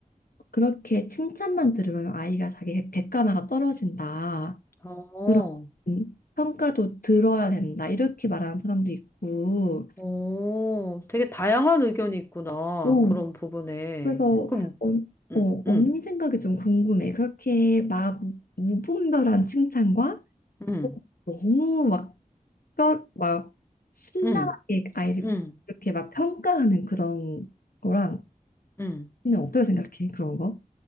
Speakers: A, on the left (about 80°); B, on the left (about 15°).
A: 그렇게 칭찬만 들으면 아이가 자기 객- 객관화가 떨어진다.
B: 어,
A: 그런 평가도 들어야 된다. 이렇게 말하는 사람도 있고
B: 오, 되게 다양한 의견이 있구나.
A: 어,
B: 그런 부분에.
A: 그래서
B: 그럼,
A: 언,
B: 음,
A: 어, 언니
B: 음,
A: 생각이 좀 궁금해. 그렇게 막 무- 무분별한 칭찬과
B: 음,
A: 너무 막, 뼈, 막 신랄하게
B: 음,
A: 아이를
B: 음,
A: 그렇게 막 평가하는 그런 거랑
B: 음.
A: 언니 어떻게 생각해? 그런 거?